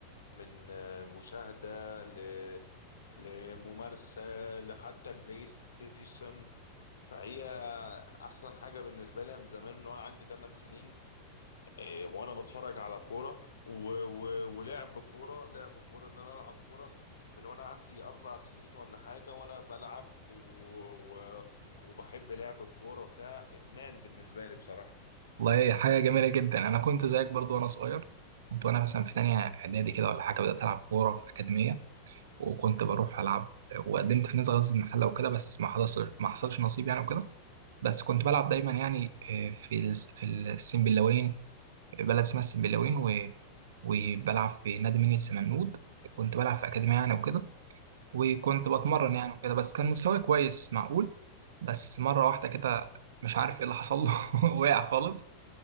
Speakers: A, on the left; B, on the right.
A: من آه، مشاهده ل... لممارسه لحتى البلاي ستيشن فهي احسن حاجه بالنسبه لي من زمان من وانا عندي 8 سنين إيه، وانا بتفرج على كوره و... و... ولعب كوره لعب كوره ان انا العب كوره من وانا عندي اربع سنين ولا حاجه وانا بلعب و... و... وبحب لعب الكوره وبتاع ادمان بالنسبه لي بصراحه
B: والله حاجه جميله جدا انا كنت زيك برضه وانا صغير كنت وانا مثلا في تانية اعدادي
A: م-
B: كده ولا حاجه بدات العب كوره في اكاديميه وكنت بروح العب
A: م-
B: وقدمت في نادي غزل المحله وكده بس ما حصلش ما حصلش نصيب يعني وكده بس كنت بلعب
A: م-
B: دايما يعني آه، في الس- في السنبلاوين بلد اسمها السنبلاوين و... وبلعب في نادي مني السمنود كنت بلعب في اكاديميه يعني وكده وكنت بتمرن
A: م-
B: يعني وكده بس كان مستواي كويس معقول بس مره واحده كده
A: م-
B: مش عارف ايه اللي حصل له <laughs> وقع خالص